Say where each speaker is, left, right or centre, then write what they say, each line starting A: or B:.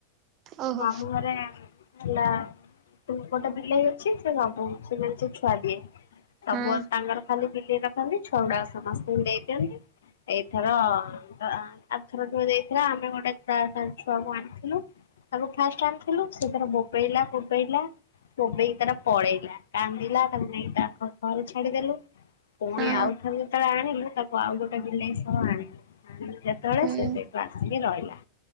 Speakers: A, on the right (about 35°); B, on the left (about 60°).
A: ଓହୋ
B: ମାମୁଁ ଘରେ ହେଲା ଗୋଟେ ବିଲେଇ ଅଛି ସେ ସବୁକିଛି ମାନେ ସେ ଛୁଆ ଦିଏ। ସବୁବେଳେ
A: ହଁ
B: ତାଙ୍କର ଖାଲି ବିଲେଇ ରଖନ୍ତି ଛୁଆ ଗୁଡ଼ା ସମସ୍ତଙ୍କୁ ଦେଇ ଦିଅନ୍ତି। ଏଇଥର ଆରଥର ଯୋଉ ଦେଇଥିଲା ଆମେ ଗୋଟେ ତା ଠାରୁ ଛୁଆକୁ ଆଣିଥିଲୁ। ତାକୁ ଫାଷ୍ଟ ଆଣିଥିଲୁ ସେ ତାର ବୋବେଇଲା ବୋବେଇଲା ବୋବେଇକି ତାରା ପଳେଇଲା, କାନ୍ଦିଲା ତାକୁ ନେଇ ତାଙ୍କ ଘର ଛାଡିଦେଲୁ। ପୁଣି
A: ହଁ
B: ଆଉ ଥରେ ଯେତେବେଳେ ଆଣିଲୁ, ତାକୁ ଆଉ ଗୋଟେ ବିଲେଇ ସହ ଆଣିଲୁ। ଆଣିଲୁ ଯେତେବେଳେ
A: ହୁଁ।
B: ସେ ସେଇଠୁ ଆସିକି ରହିଲା।